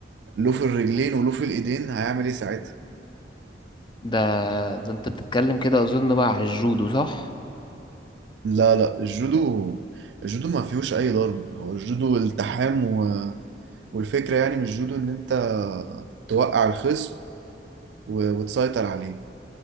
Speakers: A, on the right; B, on the left.
A: له في الرجلين وله في الايدين هيعمل ايه ساعتها؟
B: ده ده انت بتتكلم كده اظن بقى على الجودو صح؟
A: لا لا الجودو الجودو ما فيهوش اي ضرب هو الجودو التحام و... والفكرة يعني من الجودو ان انت توقع الخصم و... وتسيطر عليه